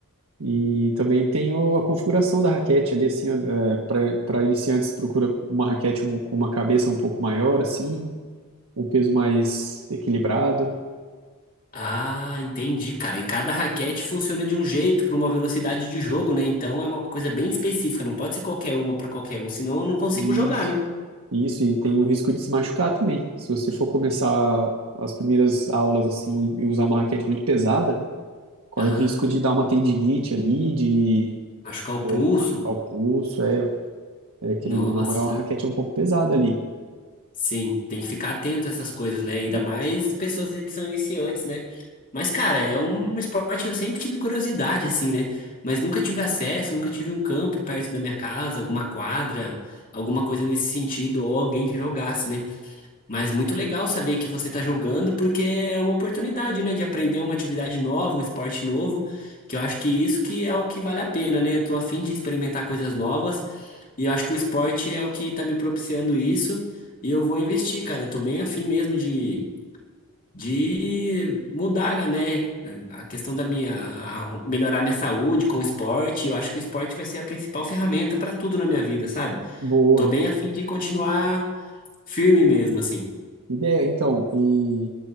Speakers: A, on the right; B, on the left.
A: E também tem o- a configuração da raquete ali, assim, para iniciantes, procura uma raquete um- com uma cabeça um pouco maior, assim, um peso mais equilibrado.
B: Ah, entendi, cara. E cada raquete funciona de um jeito para uma velocidade de jogo, né? Então é uma coisa bem específica, não pode ser qualquer uma para qualquer um, senão eu não consigo
A: Isso.
B: jogar, né?
A: Isso, e tem o risco de se machucar também. Se você for começar as primeiras aulas, assim, e usar uma raquete muito pesada, corre
B: Ah,
A: o risco de dar uma tendinite ali, de
B: machucar o pulso.
A: machucar o pulso, é, é, querendo
B: Nossa.
A: ou não, é uma raquete um pouco pesada ali.
B: Sim, tem que ficar atento a essas coisas, né? Ainda
A: Isso.
B: mais pessoas que são iniciantes, né? Mas, cara, é um esporte que eu sempre tive curiosidade, assim, né? Mas nunca tive acesso, nunca tive um campo perto da minha casa, alguma quadra, alguma coisa nesse sentido, ou alguém que jogasse, né? Mas muito legal saber que você está jogando, porque é uma oportunidade, né, de aprender uma atividade nova, um esporte novo, que eu acho que isso que é o que vale a pena, né? Eu tô a fim de experimentar coisas novas, e eu acho que o esporte é o que está me propiciando isso, e eu vou investir, cara. Eu tô bem a fim mesmo de, de mudar, né, a questão da minha, a- melhorar minha saúde com o esporte. Eu acho que o esporte vai ser a principal ferramenta para tudo na minha vida, sabe?
A: Boa.
B: Tô bem a fim de continuar firme mesmo, assim.
A: Ideia, então, e